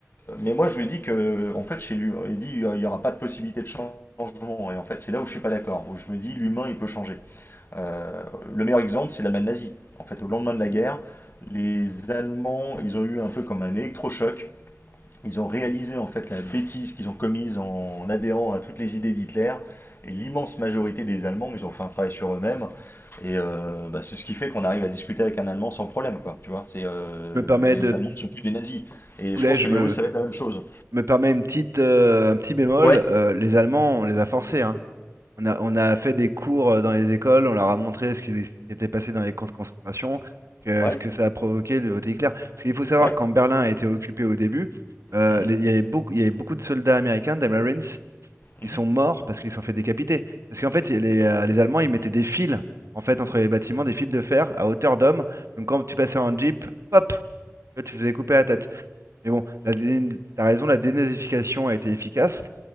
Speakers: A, on the left; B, on the right.
A: mais moi je lui dis que, en fait, chez lui, il dit, il n'y aura pas de possibilité de changement, et en fait, c'est là où je suis pas d'accord, où je me dis, l'humain, il peut changer. Euh, le meilleur exemple, c'est l'Allemagne nazie. En fait, au lendemain de la guerre, les Allemands, ils ont eu un peu comme un électrochoc ils ont réalisé en fait la bêtise qu'ils ont commise en adhérant à toutes les idées d'Hitler. Et l'immense majorité des Allemands, ils ont fait un travail sur eux-mêmes. Et euh, bah, c'est ce qui fait qu'on arrive à discuter avec un Allemand sans problème, quoi. Tu vois, c'est euh,
B: Je me permets
A: les,
B: de
A: les Allemands ne sont plus des nazis. Et
B: poulet,
A: je pense
B: je
A: que les
B: me,
A: Russes, ça va être la même chose.
B: je me permets une petite, euh, un petit bémol.
A: Ouais.
B: euh, les Allemands, on les a forcés. hein. On a, on a fait des cours euh, dans les écoles, on leur a montré ce qui, ce qui était passé dans les camps de concentration, que-
A: Ouais,
B: ce que ça a provoqué de voter Hitler. Parce qu'il faut savoir
A: ouais,
B: quand Berlin a été occupé au début, euh,
A: mhm,
B: les- il y avait beaucoup, il y avait beaucoup de soldats américains, des Marines, ils
A: mhm,
B: sont morts parce qu'ils se sont fait décapiter. Parce qu'en fait, les, euh, les Allemands, ils mettaient des fils en fait entre les bâtiments, des fils de fer à hauteur d'homme. Donc quand tu passais en Jeep, pop, tu vois, tu te faisais couper la tête. Mais bon, la, dé- t'as raison, la dénazification a été efficace.